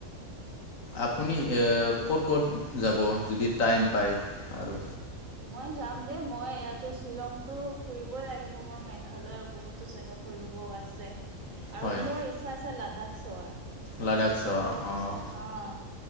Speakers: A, on the left; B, on the right.
A: আপুনি ক'ত। ক'ত যাব যদি টাইম পায়।
B: উ <unintelligible>
A: আৰু
B: মই যাম দেই মই ইয়াতে শ্বিলংতো ফুৰিবই লাগিব বাৰ মেঘালয়ৰ বহুতো জাগগা। কৰিব আছে আৰু
A: হয়
B: মোৰ ইচ্ছা আছে লাডাখ চোৱাৰ।
A: লাডাখ চাৱা
B: বহুত
A: অঁ
B: ইচ্ছা আহ